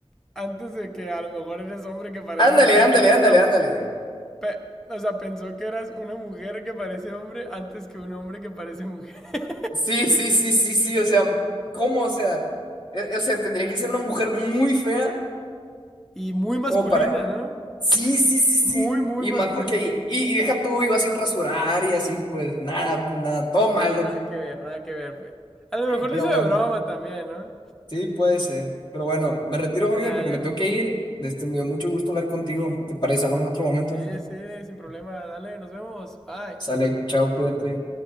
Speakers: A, in the centre; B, on the left.
A: antes de que a lo mejor eres hombre que parece
B: Ándale,
A: mujer,
B: ándale,
A: ¿no?
B: ándale,
A: A-
B: ándale.
A: pe- o sea, pensó que eras una mujer que parece hombre antes que un hombre que parece mujer. <laughs>
B: Sí, sí, sí, sí, sí, o sea, ¿cómo? O sea, eh, o sea, tendría que ser una mujer muy fea
A: Y muy masculina,
B: como para...
A: ¿no?
B: Sí, sí, sí, sí,
A: Muy, muy
B: y
A: masculina.
B: más porque ahí, y, y deja todo viva sin rasurar y así, pues nada, pues nada, todo malo,
A: Sí, nada
B: pues.
A: que ver, nada que ver, pues. A lo mejor
B: pero
A: lo hizo
B: bueno,
A: de broma también, ¿no?
B: sí, puede ser, pero bueno, me retiro, Jorge,
A: Ya,
B: porque
A: ya.
B: me tengo que ir, este, me dio mucho gusto hablar contigo, ¿te parece? Hablamos en otro momento,
A: Sí, sí, sin problema. Dale, nos vemos. Bye.
B: sale, chao, cuídate.